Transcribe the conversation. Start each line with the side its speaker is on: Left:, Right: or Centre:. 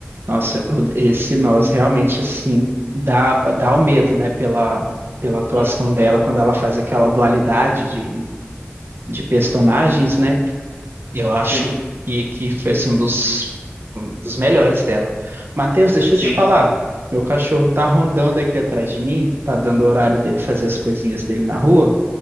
Right: Nossa, o- esse nós realmente assim dá dá o medo, né, pela pela atuação
Left: Hum,
Right: dela quando ela faz aquela dualidade de, de personagens, né? Eu acho
Left: Sim,
Right: que que foi assim um dos um dos melhores dela. Matheus, deixa
Left: sim.
Right: eu te falar. Meu cachorro tá rondando aqui atrás de mim, tá dando o horário dele fazer as coisinhas dele na rua,